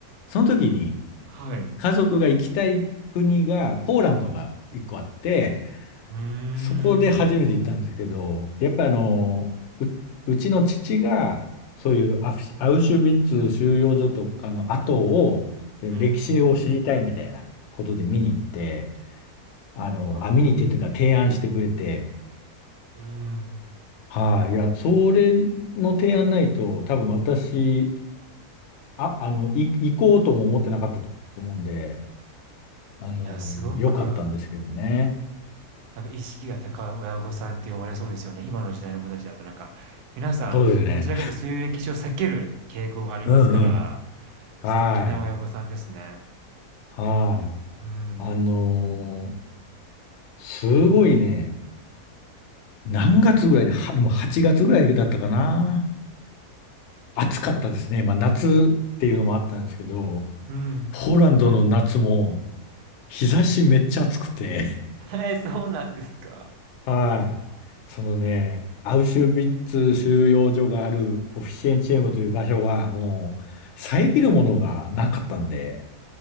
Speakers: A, on the left; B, on the right.
A: その時に
B: はい。
A: 家族が行きたい国が、ポーランドが一個あって、
B: うーん。
A: そこで初めて行ったんですけど、やっぱあのう、うちの父が、そういうアフシアウシュビッツ収容所とかの後を、歴史を知りたいみたいなことで見に行って、
B: うん。
A: あの、
B: うわあ、
A: あ、見に行ってというか提案してくれて、
B: うーん。
A: はい、いや、それの提案ないと、多分私、あ、あの、い、行こうとも思ってなかったと思うんで、あの、
B: いや、すごく
A: 良かったんですけどね。
B: なんか意識が高い親御さんって呼ばれそうですよね。今の時代の子たちだとなんか、皆さん、
A: そうですね。
B: どちらかというとそういう歴史を避ける傾向がありますから、
A: うんうん。はい。
B: 素敵な親御さんですね。
A: はい。
B: うん。
A: あのーすごいね、何月ぐらいに、はもう8月ぐらいだったかな。暑かったですね。まあ夏っていうのもあったんですけど、
B: うん。
A: ポーランドの夏も日差しめっちゃ暑くて、
B: えー、そうなんですか。
A: はい。そのね、アウシュビッツ収容所があるオフィシエンチェームという場所はもう遮るものがなかったんで、